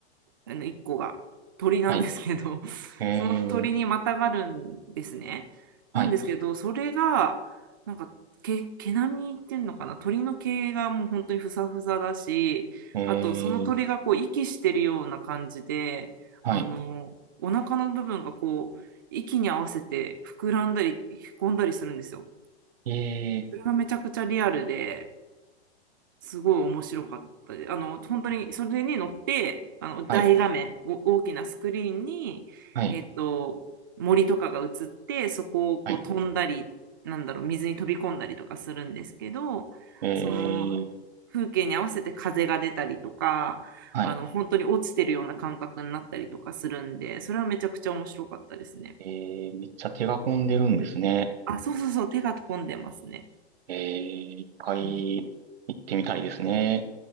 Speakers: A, on the right (about 20°); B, on the right (about 65°).
A: あの1個が鳥なんですけど
B: はい。
A: <laughs>
B: えー、
A: その鳥にまたがるんですね。なんですけどそれがなんか毛毛並みっていうのかな鳥の毛がもう本当にふさふさだしあとその鳥がこう息してるような感じであのお腹の部分がこう息に合わせて膨らんだりへこんだりするんですよ。
B: はい。えー、はい。えー、
A: それがめちゃくちゃリアルで。すごい面白かったですあの、本当にそれに乗って、あの大画面、
B: はい。
A: お大きなスクリーンに、
B: はい。
A: えっと、森とかが映って、そこをこう飛んだり、
B: はい。
A: なんだろう、水に飛び込んだりとかするんですけど、
B: えー、
A: その風景に合わせて風が出たりとか、
B: はい。
A: あの本当に落ちてるような感覚になったりとかするんで、それはめちゃくちゃ面白かったですね。
B: えー、めっちゃ手が込んでるんですね。
A: あ、そうそうそう、手が込んでますね。
B: えー、一回行ってみたいですね。
A: うん